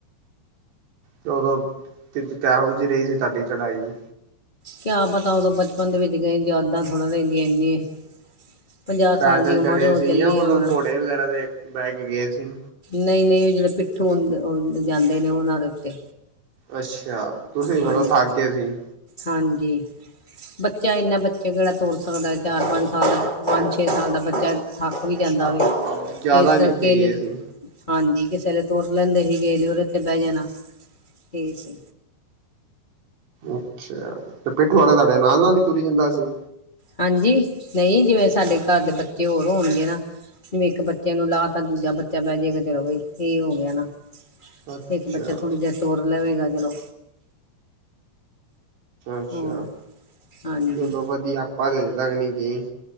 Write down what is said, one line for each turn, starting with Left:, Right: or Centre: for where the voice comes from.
Right: ਤੇ ਉਦੋਂ, ਤਿਦ ਕੇਹੋ ਜੀ ਰਹੀ ਸੀ ਤੁਡੀ ਚੜ੍ਹਾਈ?
Left: ਕਿਆ ਪਤਾ। ਉਦੋਂ ਬਚਪਨ ਦੇ ਵਿੱਚ ਗਏ ਯਾਦਾਂ ਥੋੜ੍ਹਾ ਰਹਿੰਦੀਆਂ ਇੰਨੀ। ਪੰਜਾਹ
Right: ਪੈਦਲ
Left: ਸਾਲ ਦੀ ਉਮਰ
Right: ਚੜੇ
Left: ਉਹ
Right: ਸੀ
Left: ਚੱਲੀ
Right: ਜਾਂ ਮਤਲਬ
Left: ਹੈ ਹੁਣ
Right: ਘੋੜੇ ਵਗੈਰਾ ਦੇ ਬਹਿ ਕੇ ਗਏ ਸੀ?
Left: ਨਈ-ਨਈ ਉਹ ਜਿਹੜਾ ਪਿੱਠੂ ਹੁੰ-ਹੁੰ ਜਾਂਦੇ ਨੇ ਉਹਨਾਂ ਦੇ ਉੱਤੇ।
Right: ਅੱਛਾ, ਤੁਸੀਂ ਮਤਲਬ
Left: ਹਾਂਜੀ
Right: ਥੱਕ ਗਏ ਸੀ?
Left: ਹਾਂਜੀ। ਬੱਚਾ ਇੰਨਾ, ਬੱਚਾ ਕਿਹੜਾ ਤੁਰ ਸਕਦਾ ਚਾਰ-ਪੰਜ ਸਾਲ ਦਾ। ਪੰਜ-ਛੇ ਸਾਲ ਦਾ ਬੱਚਾ ਥੱਕ ਵੀ
Right: ਅੱਛਾ
Left: ਜਾਂਦਾ ਵੇ।
Right: ਜ਼ਿਆਦਾ
Left: ਇਸ
Right: ਨਿੱਕੇ
Left: ਕਰਕੇ
Right: ਗਏ
Left: ਲ
Right: ਸੀ।
Left: ਹਾਂਜੀ, ਕਿਸੇ ਵੇਲੇ ਤੁਰ ਲੈਂਦੇ ਸੀ ਗੇ ਨੀ ਉਹਦੇ ਤੇ ਬਹਿ ਜਾਣਾ। ਠੀਕ ਹ
Right: ਅੱਛਾ। ਤੇ ਪਿੱਠੂ ਆਲਾ ਤੁਹਾਡੇ ਨਾਲ-ਨਾਲ ਹੀ ਤੁਰੀ ਜਾਂਦਾ ਸੀ?
Left: ਹਾਂਜੀ, ਨਹੀਂ ਜਿਵੇਂ ਸਾਡੇ ਘਰ ਦੇ ਬੱਚੇ ਹੋਰ ਹੋਣਗੇ ਨਾ। ਜਿਵੇਂ ਇੱਕ ਬੱਚੇ ਨੂੰ ਲਾ ਤਾਂ, ਦੂਜਾ ਬੱਚਾ ਬਹਿ ਜੇਗਾ ਚਲੋ ਵੀ <unintelligible> ਹੋ ਗਯਾ ਨਾ।
Right: ਅੱਛਾ,
Left: ਤੇ ਇੱਕ ਬੱਚਾ ਥੋੜ੍ਹੀ ਦੇਰ ਸੋ ਲਵੇਗਾ। ਚਲੋ
Right: ਅੱਛਾ।
Left: ਹੋਰ ਹਾਂਜੀ
Right: ਚਲੋ ਵਧਿਆ, ਆਪਾਂ ਤੇ ਅਜੇ ਤੱਕ ਨੀ ਗਏ